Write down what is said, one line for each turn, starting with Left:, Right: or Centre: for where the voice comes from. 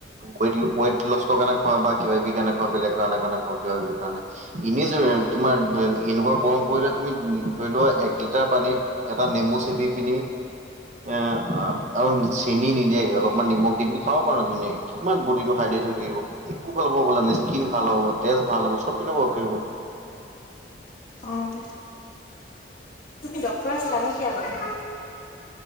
Right: ৱেইট লো, ৱেইট লষ্টৰ কাৰণে খোৱা বা কিবাকিবি কাৰণে খোৱা বেলেগ কাৰণে কাৰণে হওঁক কিবাকিবি কাৰণে এনেযদি তোমাৰ এ এনেকুৱা গৰম পৰিলে তুমি উম ধৰি লোৱা এক লিটাৰ পানীত এটা নেমু চেপি পিনি এ অ' আৰু চেনি নিদিয়াকে অলপমান নিমখ দি পিনি খাব পাৰো ধুনীয়াকে কিমান বডিটো হাইড্ৰেট হৈ থাকিব একো ভাল <unintelligible> স্কিন ভাল হ'ব তেজ ভাল হব চব পিনৰ পৰা অ'কে হ'ব।
Left: অ'। তুমি ডক্তৰ আছিলা নে কি আগতে?